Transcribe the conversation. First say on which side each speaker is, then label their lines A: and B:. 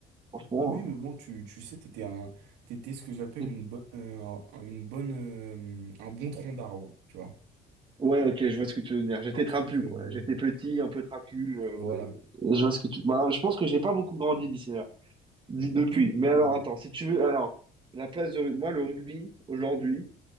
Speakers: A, on the right (about 30°); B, on the right (about 85°).
A: Franchement.
B: Oui, mais bon, tu, tu sais, t'étais un, t'étais ce que j'appelle
A: hein.
B: une bonne, euh, un- une bonne, euh, un bon tronc d'arbre, tu vois.
A: Ouais, ok, je vois ce que tu veux dire. J'étais
B: Un
A: trapu,
B: truc, euh,
A: quoi. J'étais petit, un peu trapu. euh,
B: voilà.
A: et je vois ce que tu... Bah, je pense que j'ai pas beaucoup grandi d'ici là, d- depuis.
B: Oui,
A: Mais
B: mais
A: alors,
B: bon,
A: attends, si tu veux... Alors, la place de... rug- Moi, le rugby, aujourd'hui...